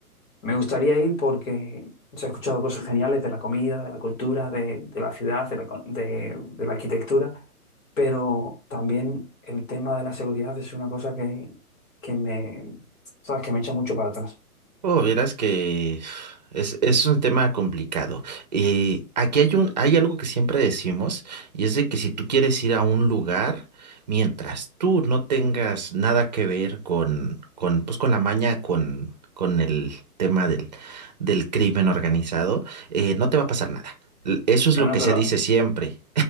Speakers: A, on the left; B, on the right.
A: me gustaría ir porque se ha escuchado cosas geniales de la comida, de la cultura, de, de la ciudad, de la, co- de, de la arquitectura, pero también el tema de la seguridad es una cosa que, que me, ¿sabes? que me echa mucho para atrás.
B: Oh, vieras que es, es un tema complicado. Eh, aquí hay un, hay algo que siempre decimos, y es de que si tú quieres ir a un lugar, mientras tú no tengas nada que ver con, con, pues, con la maña, con, con el tema del, del crimen organizado, eh, no te va a pasar nada. L- Eso es
A: Bueno,
B: lo que
A: pero
B: se dice siempre.